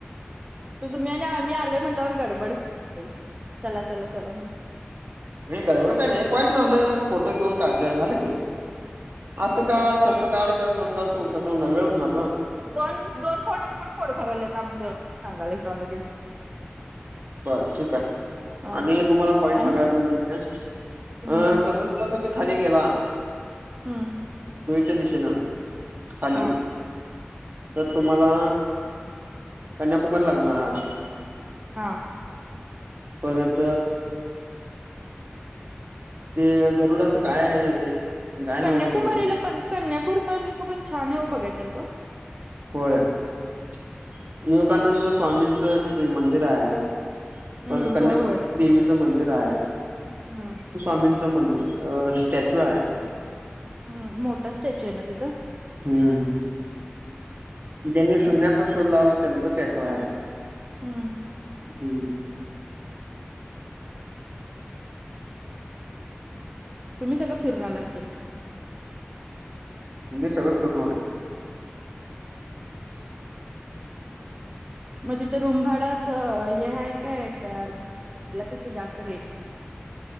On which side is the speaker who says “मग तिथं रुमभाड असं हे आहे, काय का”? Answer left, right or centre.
Right